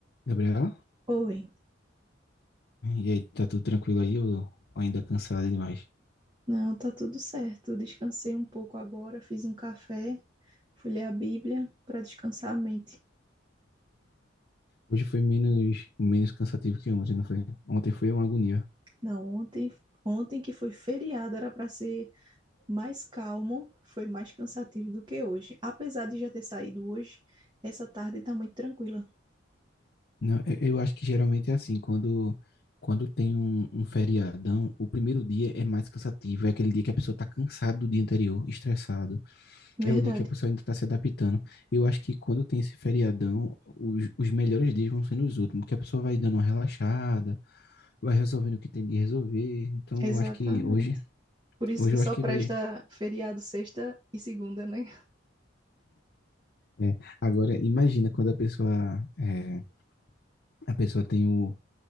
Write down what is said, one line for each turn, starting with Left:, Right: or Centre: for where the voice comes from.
Left: Gabriela?
Right: Oi,
Left: E aí, tá tudo tranquilo aí ou, ou ainda cansada demais?
Right: não, tá tudo certo. Descansei um pouco agora, fiz um café, fui ler a Bíblia para descansar a mente.
Left: Hoje foi menos, menos cansativo que ontem, não foi? Ontem foi uma agonia.
Right: Não, ontem, ontem que foi feriado, era para ser mais calmo, foi mais cansativo do que hoje. Apesar de já ter saído hoje, essa tarde tá muito tranquila.
Left: Não, eu eu acho que geralmente é assim, quando, quando tem um, um feriadão, o primeiro dia é mais cansativo, é aquele dia que a pessoa tá cansada do dia anterior, estressado, é
Right: Verdade,
Left: o dia que a pessoa ainda tá se adaptando. Eu acho que quando tem esse feriadão, os, os melhores dias vão sendo os últimos, que a pessoa vai dando uma relaxada, vai resolvendo o que tem de resolver. Então,
Right: exatamente.
Left: eu acho que hoje,
Right: Por isso
Left: hoje
Right: que só
Left: eu acho que
Right: presta
Left: vai
Right: feriado sexta e segunda, né?
Left: né? Agora, imagina quando a pessoa, é, a pessoa tem o,